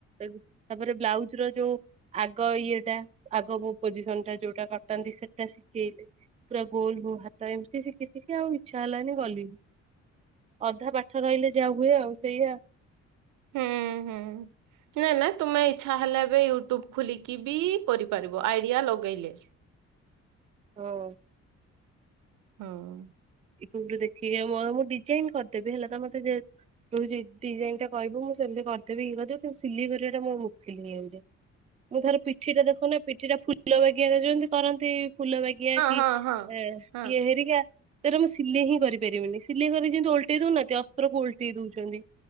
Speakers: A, on the right (about 25°); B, on the right (about 80°).
A: ତାପରେ ବ୍ଲାଉଜ ର ଯୋଉ ଆଗ ଇଏଟା ଆଗୋ ପୋଜିସନ୍ ଟା ଯୋଉଟା କଟାନ୍ତି ସେଟା ଶିଖେଇଲେ ପୁରା ଗୋଲ ହଉ ହାତ ଏମିତି ଶିଖି ଶିଖି ଆଉ ଇଚ୍ଛା ହେଲାନି ଗଲିନି ଅଧା ପାଠ ରହିଲେ ଯାହା ହୁଏ ଆଉ ସେୟା
B: ହୁଁ ହୁଁ ହୁଁ ନା ନା ତୁମେ ଇଚଛା ହେଲେ ଏବେ ୟୁଟ୍ୟୁବ ଖୋଲିକି କି ବି କରିପାରିବ ଆଇଡ଼ିଆ ଲଗେଇଲେ
A: ହଁ
B: ହଁ
A: ୟୁଟ୍ୟୁବୁ ଦେଖିକି ମୁଁ ଡିଜାଇନ କରିଦେବି ହେଲା ତ ମୋତେ ଯେ ତୁ ଯ ଡିଜାଇନ୍ ଟା କିବ ମୁଁ ସେମିତି କରିଦେବି ଇ କରିଦବି କିନ୍ତୁ ସିଲେଇ କରିବା ଟା ମୁଁ ମୁକିଲିନି ଏମିତି
B: <unintelligible>
A: ମୁଁ ଧର ପିଠିଟା ଦେଖ ନା ପିଠି ପୁ ଫୁଲ ବାଗିଆ ଯେମିତି କରନ୍ତି ଫୁଲ ବାଗିିବା କି
B: ହଁ ହଁ।
A: ଇଏ
B: ହଁ
A: ହେରିକା ତରେ ମୁଁ ସିଲେଇ ହିଁ କରିପାରିବିନି ସିଲେଇ କରି ଯେମିତି ଓଲଟେଇ ଦଉନାହାନ୍ତି ଅସ୍ତ୍ରକୁ ଓଲଟେଇ ଦଉଛନ୍ତି